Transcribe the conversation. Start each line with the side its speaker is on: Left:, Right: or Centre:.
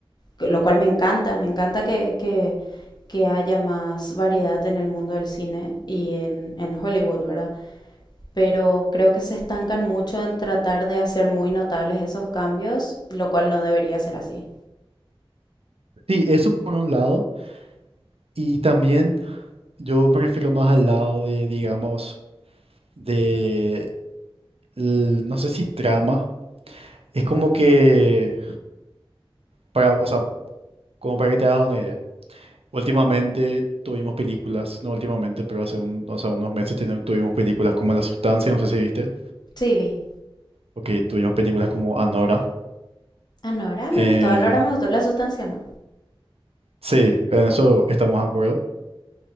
Left: que- lo cual me encanta. Me encanta que, que, que haya más variedad en el mundo del cine y en, en Hollywood, ¿verdad? pero creo que se estancan mucho en tratar de hacer muy notables esos cambios, lo cual no debería ser así.
Right: Sí, eso por un lado. Y también Yo me refiero más al lado de, digamos, de, el- no sé si trama. Es como que, para, o sea, como para que te hagas una idea. Últimamente tuvimos películas, no últimamente, pero hace un, o sea, unos meses tenemos- tuvimos películas como La Sustancia, no sé si viste.
Left: Sí, vi.
Right: Ok, tuvimos películas como Anora.
Left: Anora
Right: Eh,
Left: me gustó, Anora me gustó, la sustancia no.
Right: sí, en eso estamos de acuerdo.